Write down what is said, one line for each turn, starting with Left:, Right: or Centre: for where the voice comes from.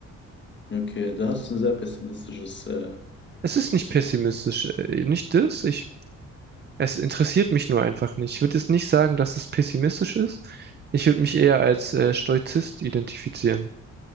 Left: Okay, da hast du ein sehr pessimistisches, äh,
Right: Es ist
Left: pessim-
Right: nicht pessimistisch, äh, nicht das. Ich, es interessiert mich nur einfach nicht. Ich würde jetzt nicht sagen, dass es pessimistisch ist. Ich würde mich eher als äh, Stoizist identifizieren.